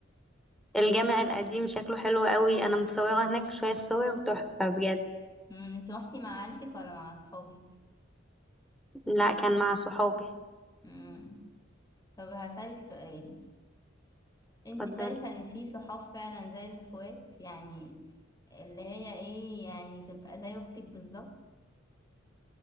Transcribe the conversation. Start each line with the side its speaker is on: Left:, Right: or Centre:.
Centre: والجامع القديم شكله حلو قوي انا متصوره هناك شويه صور تحفه بجد
Left: امم انت روحتي مع عيلتك ولا مع اصحابك
Centre: لا كان مع صحابي
Left: امم طب هسألك سؤال انت
Centre: اتفضلي
Left: شايفة ان في صحاب فعلا زي الاخوات يعني اللي هي ايه يعني تبقى زي اختك بالظبط